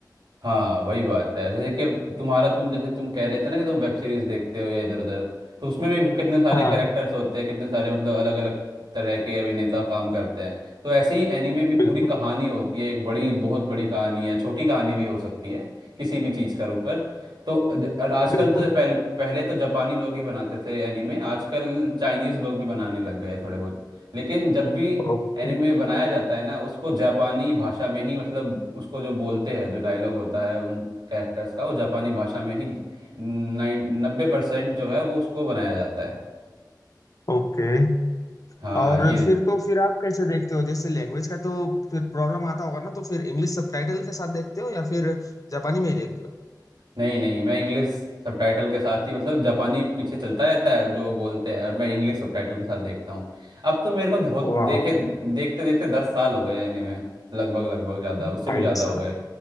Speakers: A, on the right (about 85°); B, on the left (about 50°).
A: हाँ वही बात है जैसे कि अब तुम्हारा तुम जैसे तुम कह रहे थे ना कि तुम वेब सीरीज देखते हो या इधर उधर तो उसमें भी वो कितने सारे
B: हाँ
A: कैरेक्टर्स होते हैं कितने सारे मतलब अलग अलग तरह के अभिनेता काम करते हैं तो ऐसे ही एनीमे भी
B: बिल्कुल
A: पूरी कहानी होती है एक बड़ी बहुत बड़ी कहानी है छोटी कहानी भी हो सकती है किसी भी चीज़ का ऊपर तो अज- और आजकल
B: बिल्कुल
A: तो पहले पहले तो जापानी लोग ही बनाते थे एनीमे आजकल चाइनीज लोग भी बनाने लग गए थोड़े बहुत लेकिन जब भी
B: Okay
A: एनिमे बनाया जाता है ना उसको जापानी भाषा में ही मतलब उसको जो बोलते हैं जो डायलॉग होता है उन कैरेक्टर्स का वो जापानी भाषा में ही नाइन नब्बे परसेंट जो है वो उसको बनाया जाता है
B: okay
A: हाँ
B: और
A: ये
B: फिर तो फिर आप कैसे देखते हो जैसे लैंग्वेज का तो फिर प्रॉब्लम आता होगा ना तो फिर इंग्लिश सबटाइटल के साथ देखते हो या फिर जापानी में ही देखते हो
A: नहीं नहीं मैं इंग्लिश सबटाइटल के साथ ही मतलब जापानी पीछे चलता रहता है जो बोलते हैं और मैं इंग्लिश सबटाइटल के साथ देखता हूँ अब तो मेरे को धो-
B: वाह
A: देखे देखते देखते दस साल हो गए एनिमे लगभग लगभग ज़्यादा
B: भाई
A: उससे भी ज़्यादा
B: साहब
A: हो गए